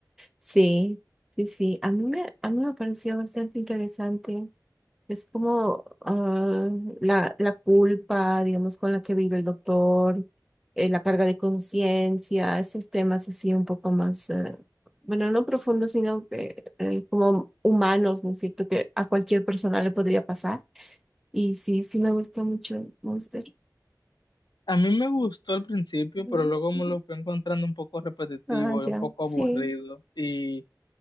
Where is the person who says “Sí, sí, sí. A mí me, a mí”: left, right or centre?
Centre